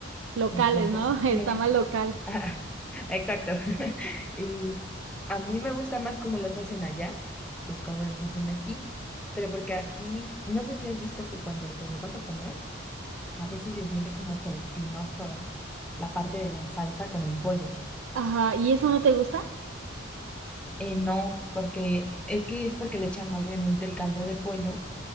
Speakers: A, on the right; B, in the centre.
A: Locales,
B: Entonces,
A: ¿no? <laughs> El
B: me...
A: tamal local.
B: <laughs> ajá, exacto. <laughs> Y a mí me gusta más cómo los hacen allá que cómo los hacen aquí. Pero porque aquí, no sé si has visto que cuando te lo vas a comer, a veces se siente como gelatinoso la parte de la salsa con el pollo.
A: Ajá, ¿y eso no te gusta?
B: Eh, no, porque es que es porque le echan obviamente el caldo de pollo